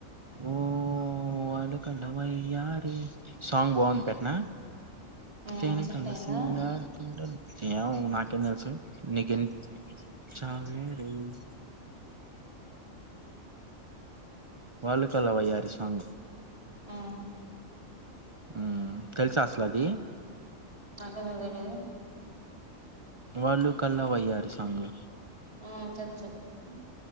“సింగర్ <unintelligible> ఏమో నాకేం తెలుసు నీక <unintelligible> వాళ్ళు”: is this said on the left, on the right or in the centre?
Right